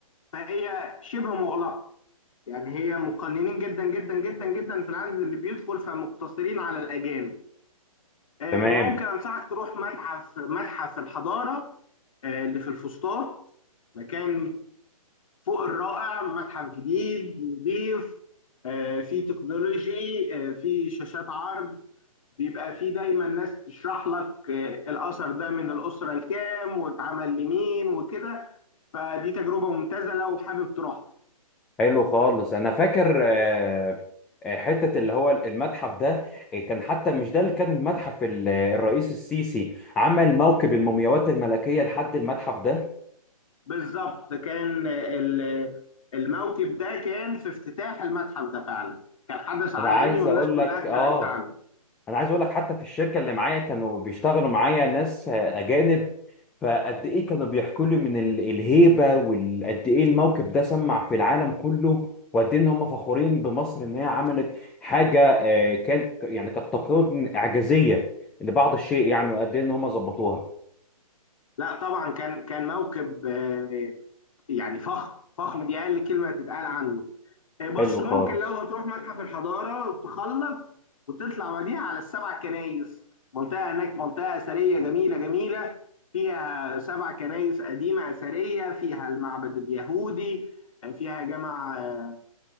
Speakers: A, on the left; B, in the centre.
A: فهي شبه مغلقه يعني هي مقننين جدا جدا جدا جدا في العدد اللي بيدخل فمقتصرين على الاجانب آه،
B: تمام
A: ممكن انصحك تروح متحف متحف الحضاره آه، اللي في الفسطاط مكان فوق الرائع متحف جديد نظيف آه، فيه تكنولوجي آه، فيه شاشات عرض بيبقى فيه دايما ناس تشرح لك آه، الأثر ده من الأسرة الكام واتعمل لمين وكده فدي تجربة ممتازة لو حابب تروحها
B: حلو خالص انا فاكر آه آه، حته اللي هو المتحف ده آه، كان حتى مش ده اللي كان المتحف ال- الرئيس السيسي عمل موكب المومياوات الملكيه لحد المتحف ده
A: بالظبط كان آه، ال- الموكب ده كان في افتتاح المتحف ده فعلا كان حدث عالمي
B: انا عايز
A: والناس
B: اقول
A: كلها
B: لك
A: اتكلمت
B: اه
A: عنه
B: انا عايز اقول لك حتى في الشركه اللي معايا كانوا بيشتغلوا معايا ناس آه، اجانب فقد ايه كانوا بيحكوا لي من ال- الهيبه وقد ايه الموقف ده سمع في العالم كله وقد ايه ان هم فخورين بمصر ان هي عملت حاجه آه، كان يعني كانت تقريبا اعجازيه لبعض الشيء يعني وقد ايه ان هم ظبطوها
A: لا طبعا كان كان موكب آه، يعني فخم فخم دي أقل كلمة تتقال عنه آه، بص
B: حلو
A: ممكن
B: خالص
A: لو هتروح متحف الحضارة تخلص وتطلع بعديها على السبع كنايس منطقة هناك منطقة أثرية جميلة جميلة فيها سبع كنايس قديمة أثرية فيها المعبد اليهودي آه، فيها جامع آه،